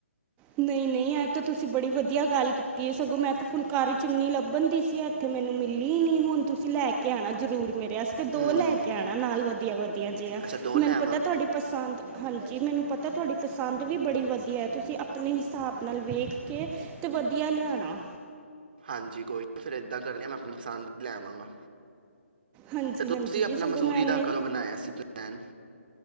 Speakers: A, on the right; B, on the right.
A: ਨਹੀਂ ਨਹੀਂ ਇਹ ਤਾਂ ਤੁਸੀਂ ਬੜੀ ਵਧੀਆ ਗੱਲ ਕੀਤੀ ਹੈ ਸਗੋਂ ਮੈਂ ਤਾਂ ਫੁਲਕਾਰੀ ਚੁੰਨੀ ਲੱਭਣ ਦੀ ਸੀ ਇੱਥੇ ਮੈਨੂੰ ਮਿਲੀ ਨ ਹੁਣ ਤੁਸੀਂ ਲੈ ਕੇ ਆਉਣਾ ਜ਼ਰੂਰ ਮੇਰੇ ਵਸਤੇ ਦੋ
B: ਹੂੰ
A: ਲੈ ਕੇ ਆਉਣਾ ਨਾਲ ਵਧੀਆ ਵਧੀਆ ਜਿ ਆ
B: ਅੱਛਾ ਦੋ
A: ਮੈਨੂੰ
B: ਲੈ ਆਵਾਂ
A: ਪਤਾ ਤੁਹਾਡੀ ਪਸੰਦ ਹਾਂਜੀ ਮੈਨੂੰ ਪਤਾ ਤਾਂ ਤੁਹਾਡੀ ਪਸੰਦ ਵੀ ਬੜੀ ਵਧੀਆ ਹੈ ਤੁਸੀਂ ਆਪਣੇ ਹਿਸਾਬ ਨਾਲ ਵੇਖ ਕੇ ਅਤੇ ਵਧੀਆ ਲਿਆਉਣਾ
B: ਹਾਂਜੀ ਕੋਈ ਨਹੀਂ ਫਿਰ ਏਦਾਂ ਕਰ ਲ ਮੈਂ ਆਪਣੀ ਪਸੰਦ ਲੈ ਆਵਾਂਗਾ
A: ਹਾਂਜੀ
B: ਤੇ ਤੁਸੀਂ
A: ਹਾਂਜੀ ਜੀ
B: ਆਪਣਾ
A: ਸਗੋਂ
B: ਮਸੂਰੀ
A: ਮੈਂ ਇੰਨੇ
B: ਦਾ ਕਦੋਂ ਬਣਾਇਆ ਸੀ ਪਨ